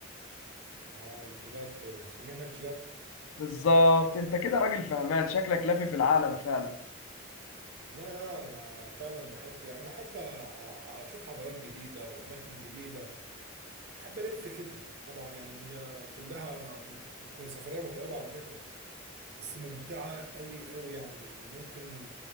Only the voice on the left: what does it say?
بالظبط انت كده راجل فهمان شكلك لافي في العالم فعلا